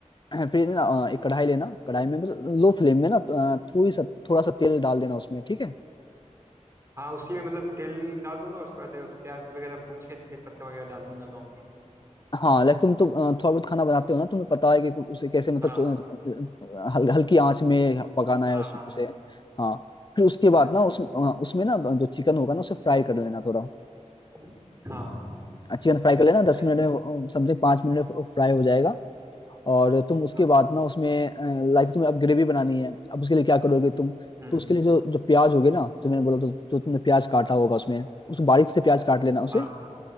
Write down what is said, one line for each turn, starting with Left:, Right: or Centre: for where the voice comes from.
Left: फिर ना अ, एक कढ़ाई लेना कढ़ाई में बस लो फ्लेम में ना अ, थोड़ी सा थोड़ा सा तेल डाल देना उसमें ठीक है
Right: हाँ उसी में मतलब तेल डाल दूंगा उसके बाद प्याज वगैरह भून के तेज पत्ता वगैरह डाल दूंगा लौंग
Left: हाँ लाइक तुम तो अ, थोड़ा बहुत खाना बनाते हो ना तुम्हें पता है कि उसे कैसे मतलब
Right: हाँ
Left: चो- हल, हल्की आंच में पकाना है
Right: हाँ
Left: उस,
Right: हाँ
Left: उसे हाँ फिर उसके बाद
Right: समझ
Left: ना
Right: गया
Left: उस,
Right: समझ
Left: अ, उसमें ना जो चिकन होगा ना उसे फ्राई कर लेना थोड़ा
Right: गया। हाँ
Left: चिकन फ्राई कर लेना दस
Right: ओके
Left: मिनट में समथिंग पाँच मिनट में फ्राई हो जाएगा और तुम उसके
Right: हाँ
Left: बाद ना उसमें लाइक तुम्हें अब ग्रेवी बनानी है अब उसके लिए क्या करोगे तुम
Right: हम्म
Left: तो उसके लिए जो जो प्याज होगे ना जो मैंने बोला तो जो तुमने प्याज काटा होगा उसमें उस बारीक से प्याज काट लेना उसे
Right: हाँ